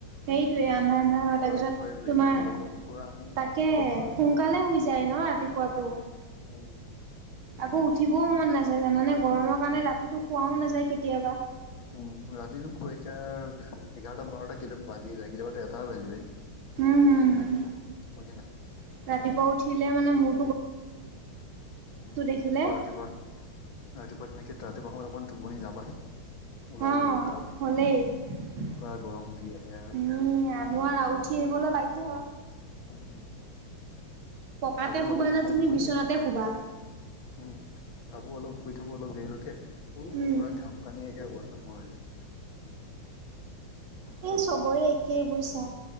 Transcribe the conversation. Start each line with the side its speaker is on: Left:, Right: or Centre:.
Right: সেইটোয়ে আন্ধা আন্ধা হ তাৰ
Left: আৰু
Right: পিছত
Left: ৰাতিপুৱাই বেলিটো
Right: তোমাৰ
Left: ওলাব পুৰা উম
Right: তাকে
Left: কি ক'বা আৰু।
Right: সোনকালে শুই যায় ন ৰাতিপুৱাতটো।
Left: উম।
Right: আকৌ উঠিবও মন নাযায় জানানে গৰমৰ কাৰণে ৰাতিতটো শোৱাও নাযায় কেতিয়াবা।
Left: উম ৰাতিটো এতিয়া এঘাৰটা বাৰটা কেইটা বাজিয়ে যায় কেতিয়াবা এটা এ বাজি যায়।
Right: উম, উম, উম
Left: টোপনিয়ে নাহে
Right: ৰাতিপুৱা উঠিলে মানে মোৰ
Left: উ
Right: দেখিলে
Left: আকৌ ৰাতিপুৱা ৰাতিপুৱা <unintelligible> ৰাতিপুৱা সময়ত অকমান টোপনি যাবাহে ওলাল
Right: হ
Left: ৰ'দডাল।
Right: হলেই। উম
Left: পুৰা গৰম উঠি আহে আৰু
Right: নোৱাৰা উঠি আহিবলৈ বাধ্য।
Left: উ <unintelligible>
Right: পকাতে
Left: ভাবো
Right: শুবা
Left: অলপ
Right: নে
Left: শু
Right: তুমি
Left: বুলি
Right: বিচনাতে শুবা?
Left: উম ভাবো অলপ শুই থাকো অলপ দেৰিলৈকে
Right: উম,
Left: পুৰা ঘাম পানী একে অবস্থা নোহোৱা হৈ যায়।
Right: এ চবৰে একেই বুইছা।